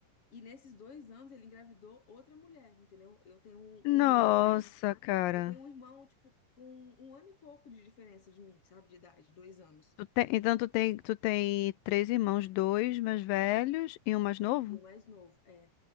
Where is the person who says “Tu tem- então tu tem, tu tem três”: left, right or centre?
Left